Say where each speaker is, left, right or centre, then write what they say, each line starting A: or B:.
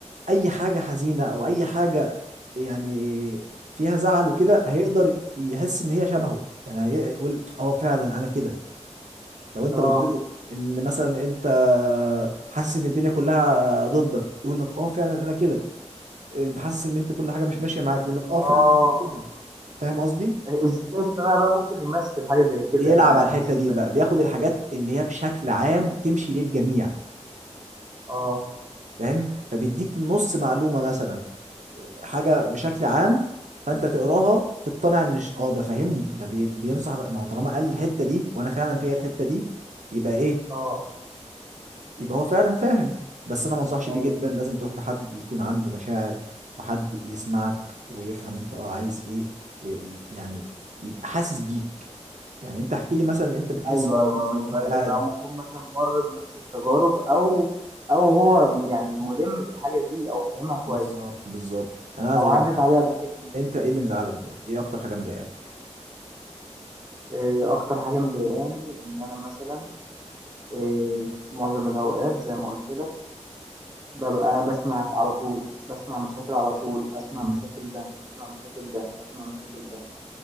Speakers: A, on the right (about 85°); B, on the right (about 35°).
A: اي حاجة حزينة او اي حاجة يعني فيها زعل وكده هيقدر يحس ان هي شبهه يعني هيقول اه فعلا انا كده لو انت
B: اه
A: قلت له ان مثلا انت حاسس ان الدنيا كلها ضدك يقول لك اه فعلا انا كده انت حاسس ان انت كل حاجه مش ماشيه معاك يقول لك اه
B: اه
A: فعلا أنا كده فاهم قصدي
B: الذكاء الاصطناعي بقى ممكن يمثل حاجة زي كده
A: بيلعب
B: يعني ما
A: على
B: يحسسك
A: الحته دي
B: يعني.
A: بقى بياخد الحاجات اللي هي بشكل عام تمشي للجميع
B: اه
A: فاهم فبيديك نص معلومه مثلا حاجه بشكل عام فانت تقراها تقتنع ان ش- اه ده فاهمني ده بي- بينصح بقى ما هو طالما قال الحته دي وانا فعلا فيا الحته دي يبقى ايه
B: اه
A: يبقى هو فعلا فاهم بس انا ما انصحش بيه
B: ايوه
A: جدا لازم تروح لحد يكون عنده مشاعر وحد يسمعك ويفهم انت اه عايز ايه ويعني يبقى حاسس بيك يعني انت احكي لي مثلا انت بتحس
B: ايوه
A: بايه
B: ايوه
A: مثلا
B: ما يبقى
A: وانت قاعد
B: يبقى ممكن مثلا مر بنفس التجارب او او هو يعني ملم بالحاجه دي او فاهمها كويس
A: بالظبط بالظبط انا عايز
B: او
A: اقول
B: عدت
A: لك حاجه
B: عليها قبل كده
A: انت ايه اللي مزعلك دلوقتي ايه اكتر حاجه مضايقاك
B: آه، اكتر حاجه مضايقاني ان انا مثلا آه، في معظم الاوقات زي ما قلت لك ببقى بسمع على طول بسمع مشاكل على طول اسمع
A: امم
B: مشاكل ده اسمع مشاكل ده اسمع مشاكل ده